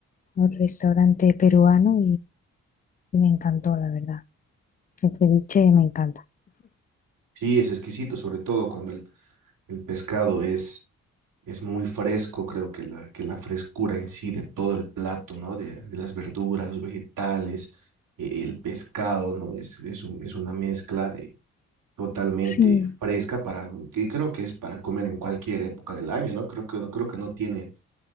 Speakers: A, on the left; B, on the right.
A: un restaurante peruano Me encantó, la verdad. El ceviche me encanta.
B: Sí, es exquisito, sobre todo cuando el, el pescado es Es muy fresco, creo que la, que la frescura en sí de todo el plato, ¿no? De, de las verduras, los vegetales, eh, el pescado, ¿no? Es, es un- es una mezcla eh, totalmente
A: Sí,
B: fresca para, que creo que es para comer en cualquier época del año, ¿no? Creo que, creo que no tiene